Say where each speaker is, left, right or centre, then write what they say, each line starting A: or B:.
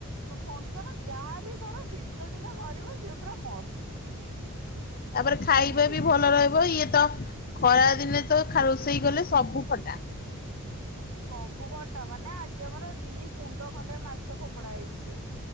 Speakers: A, on the right; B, on the left.
A: ଫଙ୍କ୍ସନ୍ ଯାହାବି କର ଶୀତ ଶୀତଦିନେ କରିବ ସିଏ ପୁରା ମସ୍ତ।
B: ତାପରେ ଖାଇବା
A: ତମକୁ କିଛି
B: ବି ଭଲ ରହିବ।
A: ଟେନସନ ନାହିଁ।
B: ଇଏ ତ ଖରାଦିନେ ତ ଖା ରୋଷେଇ କଲେ ସବୁ ଖଟା।
A: ସବୁ ଖଟା ମାନେ, ଆଜି ଆମର ଦି କୁଣ୍ଡ ଖଣ୍ଡେ ମାଛ ଫୋପଡା ହେଇଛି।